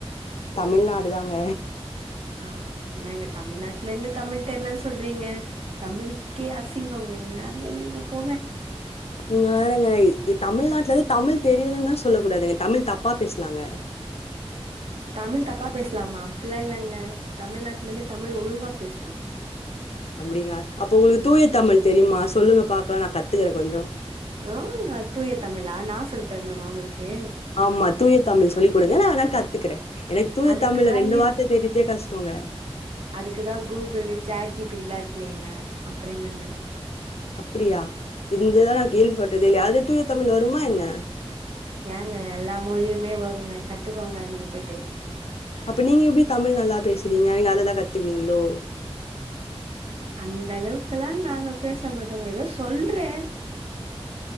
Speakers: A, on the left; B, on the right.
A: தமிழ்நாடு தாங்க
B: ஆ என்னங்க தமிழ்நாட்ல இருந்து தமிழ் தெர்லன்னு சொல்றீங்க தமிழுக்கே அசிங்கொங்க என்னங்க நீங்க போங்க
A: நீங்க வேறங்க இ இ தமிழ்நாட்லந்து தமிழ் தெரியலன்னு தா சொல்ல கூடாதுங்க தமிழ் தப்பா பேசலாங்க
B: தமிழ் தப்பா பேசலாமா அப்பில்லா இல்லங்க தமிழ்நாட்ல இருந்து தமிழ் ஒழுங்கா பேச்ணு
A: அப்பிடிங்கா அப்போ உங்களுக்கு தூயத்தமிழ் தெரியுமா சொல்லுங்க பாக்கலா நா கத்துக்கறே கொஞ்சோ
B: ஓ தூய தமிழா நா சொல் தரனுமா உங்களுக்கு
A: ஆமா தூய தமிழ் சொல்லிக் குடுங்க நா வேணா கத் துக்கறே எனக்கு தூய
B: அதுக்குதா
A: தமிழ்ல ரெண்டு
B: இரு
A: வார்த்த தெரிதே கஷ்டோங்க
B: அதுக்குதா Google chat G P T எல்லா இருக்குல்லைங்க அப்பறொ என்னங்க
A: அப்பிடியா இந்த இத நா கேள்விப்பட்டதே இல்யே அதுல தூய தமிழ் வருமா என்ன
B: ஏங்க எல்லா மொழியுமே வருங்க கத்துக்கோங்க நீங்க போய்ட்டு
A: அப்ப நீங்க எப்பிடி தமிழ் நல்லா பேசுறீங்க நீங்க அதுலதா கத்துக்கினீங்களோ
B: அந்த அளவுக்கெல்லா நாங்க பேச மாட்டோங்க எதோ சொல்றே